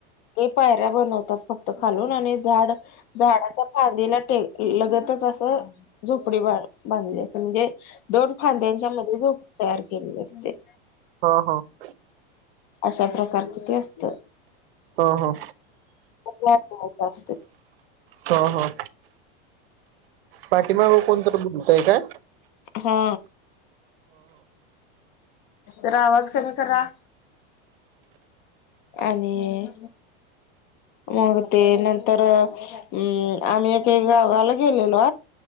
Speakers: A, on the left (about 35°); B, on the right (about 80°).
A: ते पायऱ्या बनवतात फक्त खालून आणि झाड झाडाच्या फांदीला टे लगतच असं झोपडी बांध बांधली म्हणजे दोन फांद्यांच्या मध्ये झोपडी तयार केलेली असते.
B: हं, हं
A: अशा प्रकारच ते असते.
B: हो, हो.
A: <unintelligible>
B: हं, हं पाठीमाग कोणतरी बोलतयं का?
A: हा, जरा आवाज कमी करा. आणि मग ते नंतर अ हम्म, आम्ही एके गावाला गेलेलो.